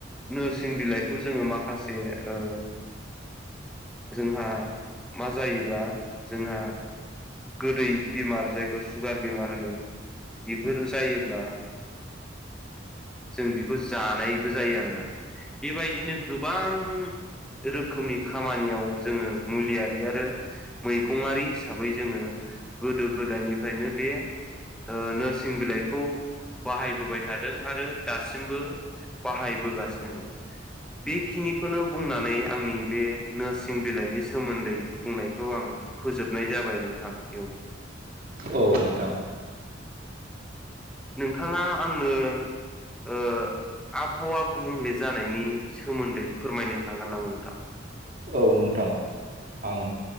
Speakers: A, in the centre; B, on the right.
A: नोरसिं बिलाइखौ जोङो माखासे ओ जोंहा मा जायोबा जोंहा गोदै बेमार जायखौ सुगार बेमार होनो बेफोर जायोब्ला जों बेखौ जानायबो जायो आरो ना बेबायदिनो गोबां रोखोमनि खामानियाव जोङो मुलियारि आरो मैगंआारि हिसाबै जोङो गोदो गोदायनिफ्रायनो बे ओ नोरसिं बिलाइखौ बाहायबोबाय थादों आरो दासिमबो बाहायबोगासिनो दं बेखिनिखौनो बुंनानै आंनि बे नोरसिं बिलाइनि सोमोन्दै बुंनायखौ आं फोजोबनाय जाबाय नोंथां बेयावबो
B: औ नोंथां
A: नोंथाङा आंनो ओ आबहावा गुबुंले जानायनि सोमोन्दै फोरमायनो हागोन नामा नोंथां
B: औ नोंथां आं